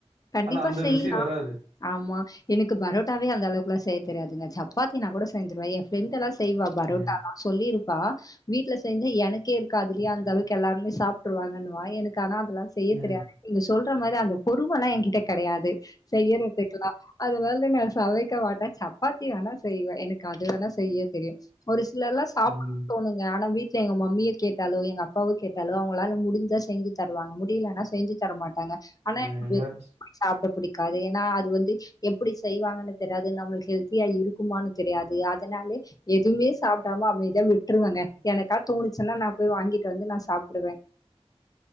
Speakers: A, on the left; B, on the right.
A: கண்டிப்பா
B: ஆனா அந்த
A: செய்யலா
B: ருசி வராது
A: ஆமா எனக்கு பரோட்டாவே அந்த அளவுக்குலா செய்ய தெரியாதுங்க சப்பாத்தினா கூட செஞ்சுருவே எ ஃபிரண்டல்லா செய்வா பரோட்டால்லா
B: ம்
A: சொல்லிருப்பா வீட்ல செஞ்ச எனக்கே இருக்காதுடீ அந்தளவுக்கு எல்லாருமே சாப்ட்ருவாங்கன்னுவா எனுக்கு ஆனா அதல்லா செய்ய தெரியாது
B: ம்
A: நீங்க சொல்ற மாரி அந்த பொருமல்லா எங்கிட்ட கெடையாது செய்யறதுக்கெல்லா அதுனால நா சமைக்க மாட்டே சப்பாத்தி வேணா செய்வே எனக்கு அது வேணா செய்ய தெரியு ஒரு சிலல்லா சாப்புட
B: ம்
A: தோணு ஆனா வீட்ல எங்க மம்மிய கேட்டாலோ எங்க அப்பாவ கேட்டாலோ அவுங்களால முடுஞ்சா செஞ்சு தருவாங்க முடியலனா செஞ்சு தர மாட்டாங்க ஆனா
B: ம்
A: எனக்கு
B: நெறச்
A: <inaudible> சாப்ட புடிக்காது ஏனா அது வந்து எப்டி செய்வாங்கனு தெரியாது நம்மளுக்கு ஹெல்த்தியா இருக்குமான்னு தெரியாது அதுனாலே எதுமே சாப்டாம அமைதியா விட்டுருவங்க எனக்கா தோணுச்சுன்னா நா போய் வாங்கிட்டு வந்து நா சாப்டுவே